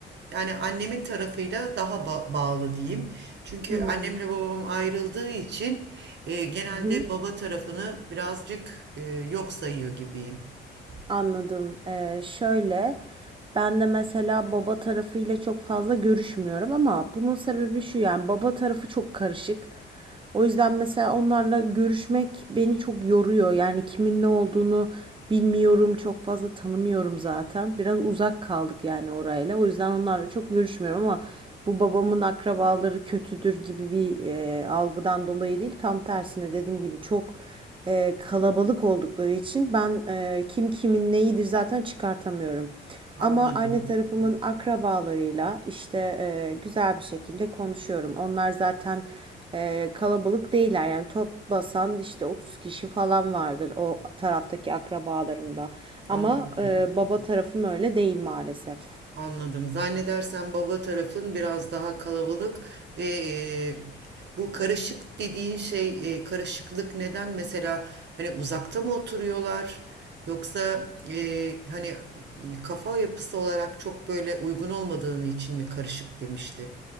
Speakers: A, on the right; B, on the right.
A: Yani annemin tarafıyla daha ba- bağlı diyeyim. Çünkü
B: Hmm.
A: annemle babam ayrıldığı için e, genelde
B: Hı hı.
A: baba tarafını birazcık e, yok sayıyor gibiyim.
B: Anladım. Ee, şöyle, ben de mesela baba tarafıyla çok fazla görüşmüyorum ama bunun sebebi şu yani baba tarafı çok karışık. O yüzden mesela onlarla görüşmek beni çok yoruyor. Yani kimin ne olduğunu bilmiyorum, çok fazla tanımıyorum zaten. Biraz uzak kaldık yani orayla. O yüzden onlarla çok görüşmüyorum ama bu babamın akrabaları kötüdür gibi bir e, algıdan dolayı değil. Tam tersine dediğim gibi çok e, kalabalık oldukları için ben e, kim kimin neyidir zaten çıkartamıyorum.
A: Anladım.
B: Ama anne tarafımın akrabalarıyla işte e, güzel bir şekilde konuşuyorum. Onlar zaten e, kalabalık değiller yani top basan işte 30 kişi falan vardır o taraftaki akrabalarımda. Ama
A: Anladım.
B: e, baba tarafım öyle değil maalesef.
A: Anladım. Zannedersem baba tarafın biraz daha kalabalık ve e, bu karışık dediğin şey e, karışıklık neden mesela hani uzakta mı oturuyorlar yoksa e, hani kafa yapısı olarak çok böyle uygun olmadığını için mi karışık demiştin?